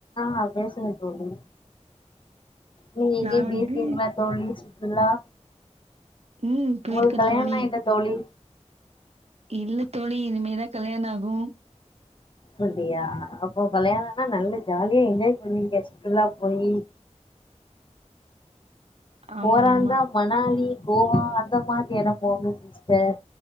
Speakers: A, on the left; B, on the right.
A: ஆ பேசுங்க தோழி நீங்க எங்கியாது
B: நான் வந்து
A: பெய்ருக்கீங்களா தோழி சுற்றுலா
B: ம் போயிருக்கேன்
A: உங்களுக்கு கல்யாணம்
B: தோழி.
A: ஆயிட்டா தோழி
B: இல்ல தோழி இனிமேதா கல்யாணோ ஆகு
A: அப்டியா அப்போ கல்யாணோ ஆனா நல்ல ஜாலியா என்ஜாய் பண்ணுவீங்க சுற்றுலா போயி
B: ஆமா
A: போறாந்தா
B: ஆமா.
A: மணாலி கோவா அந்த மாரி எடம் போங்க சிஸ்டர்